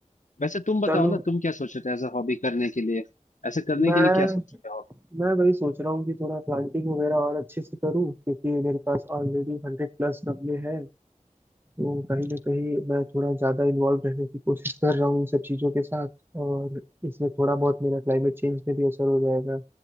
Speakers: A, on the left (about 70°); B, on the right (about 15°).
A: वैसे तुम बताओ
B: चलो
A: ना तुम क्या सोचे थे एज अ हॉबी करने के लिए ऐसे करने
B: मैं
A: के लिए क्या सोचे थे
B: मैं वही सोच रहा हूँ कि थोड़ा प्लांटिंग वगैरह और अच्छे से करूँ क्योंकि मेरे पास ऑलरेडी हंड्रेड प्लस गमले हैं तो कहीं ना कहीं मैं थोड़ा ज़्यादा इन्वॉल्व रहने की कोशिश कर रहा हूँ इन सब चीज़ों के साथ और इसमें थोड़ा बहुत मेरा क्लाइमेट चेंज में भी असर हो जाएगा